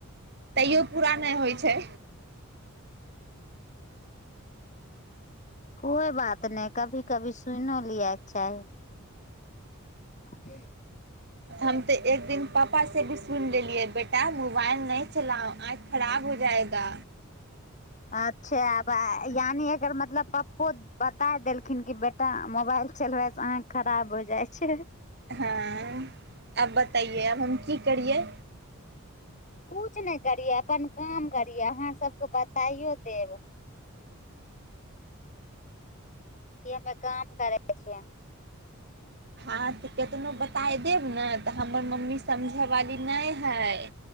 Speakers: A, on the right; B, on the left.
A: तैयौ पूरा नहि होइ छै
B: कोइ बात नहि कभी कभी सुइनो लिएके चाही <unintelligible>
A: हम तऽ एक दिन पापासँ भी सुनि लेलियै बेटा मोबाइल नहि चलाउ आँखि खराब हो जायगा
B: अच्छा आब यानि एकर मतलब पप्पो बताय देलखिन की बे- तऽ मोबाइल चलबै से आँखि खराब हो जाइ छै
A: हँ आब बताइए अब हम की करियै
B: कछु नहि करियै अपन काम करियै अहाँ सभके बताइयो देब कि हमरा काम करैके छै
A: हाँ तऽ केतनो बताए देब न तऽ हमर मम्मी समझैवाली नहि हइ